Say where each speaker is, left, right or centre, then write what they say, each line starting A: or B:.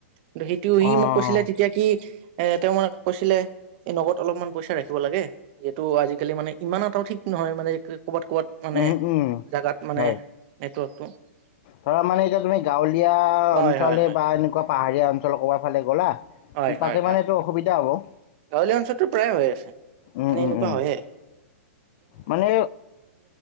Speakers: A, on the right (about 45°); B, on the left (about 45°).
A: <unintelligible> সেইটো সি
B: অঁ
A: মোক কৈছিলে তেতিয়া কি- এ তেওঁ মানে কৈছিলে, এই নগদ অলপমান পইচা ৰাখিব লাগে, যিহেতু আজিকালি মানে ইমান এটাওঁ ঠিক নহয় মানে ক'ৰবাত ক'ৰবাত মানে
B: উম, উম,
A: জাগাত মানে
B: হয়
A: <unintelligible>
B: ধৰা মানে এতিয়া তুমি গাঁৱলীয়া
A: হয়
B: অঞ্চলে
A: হয় হয়
B: <unintelligible> পাহাৰীয়া অঞ্চলৰ ক'বা ফালে গ'লা?
A: হয়
B: তাতে
A: হয় হয়
B: মানে এইটো অসুবিধা হ'ব।
A: গাঁৱলীয়া অঞ্চলতটো প্ৰায় হৈ আছে,
B: উম,
A: মানে
B: উম,
A: এনেকুৱা
B: উম।
A: হয়ে।
B: মানে